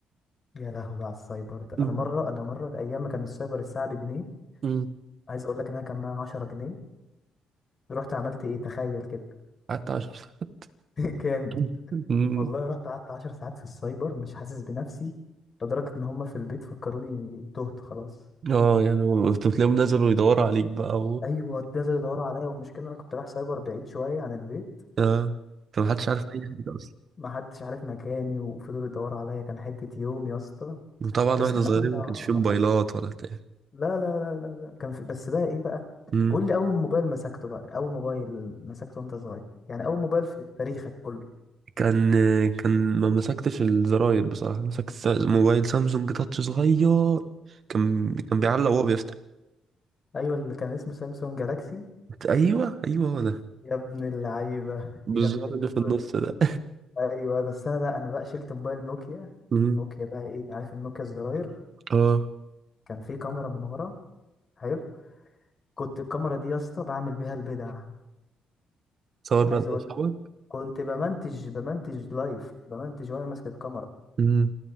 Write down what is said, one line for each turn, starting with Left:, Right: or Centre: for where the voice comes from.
Left: يا لهوي على السايبر ده
Right: <laughs> مم.
Left: انا مره انا مره ايام ما كان السايبر الساعه بجنيه
Right: مم.
Left: عايز اقول لك ان انا كان معايا 10 جنيه رحت عملت ايه تخيل كده
Right: حتى عشر ساعات
Left: <laughs> جامد
Right: <laughs> مم.
Left: والله رحت قعدت 10 ساعات في السايبر مش حاسس بنفسي لدرجه ان هم في البيت فكروني تهت خلاص
Right: اه يعني هو- كنت بتلاقيهم نزلوا يدوروا عليك بقى
Left: ايوه ابتدوا يدوروا عليا والمشكله إن انا كنت رايح سايبر بعيد شويه عن البيت
Right: اه فمحدش عارف اي حاجه اصلا
Left: فمحدش عارف مكاني وفضلوا يدوروا عليا كان حته يوم يا اسطى
Right: وطبعا
Left: بس
Right: واحنا
Left: احنا
Right: صغيرين
Left: كنا
Right: ما
Left: آه،
Right: كانش فيه موبايلات ولا بتاع
Left: لا لا لا لا لا كان في بس بقى ايه بقى
Right: امم
Left: قول لي اول موبايل مسكته بقى اول موبايل مسكته وانت صغير يعني اول موبايل في تاريخك كله
Right: كان كان ما مسكتش الزراير بصراحه مسكت س- موبايل سامسونج تاتش صغير كان كان بيعلق وهو بيفتح
Left: ايوه اللي كان اسمه سامسونج جالاكسي
Right: ايوه ايوه هو ده
Left: يا ابن اللعيبه <laughs>
Right: بالزر
Left: يا ابن اللعيبه
Right: اللي في النص ده
Left: ايوه بس انا بقى انا بقى شلت موبايل نوكيا
Right: امم
Left: نوكيا بقى ايه عارف النوكيا الزراير
Right: اه
Left: كان فيه كاميرا من ورا حلو كنت الكاميرا دي يا اسطى بعمل بيها البدع
Right: صور بقى
Left: عايز
Right: انت
Left: اقول
Right: واصحابك
Left: لك كنت بمنتج بمنتج لايف بمنتج وانا ماسك الكاميرا
Right: امم